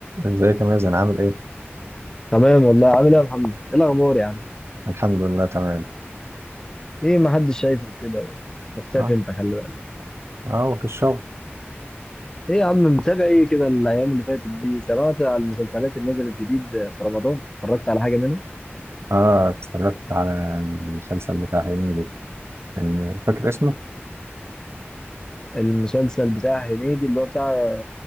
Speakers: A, on the right; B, on the left.
A: ازيك يا مازن عامل ايه؟
B: تمام والله عامل ايه يا محمد؟ ايه الاخبار يا عم؟
A: الحمد لله تمام
B: ايه ما حدش شايفك كده مختفي
A: اه
B: انت خلي بالك.
A: اه وفي الشغل
B: ايه يا عم متابع ايه كده الايام اللي فاتت دي؟ سمعت على المسلسلات اللي نزلت جديد في رمضان؟ اتفرجت على حاجه منهم؟
A: اه اتفرجت على المسلسل بتاع هنيدي كان فاكر اسمه؟
B: المسلسل بتاع هنيدي اللي هو بتاع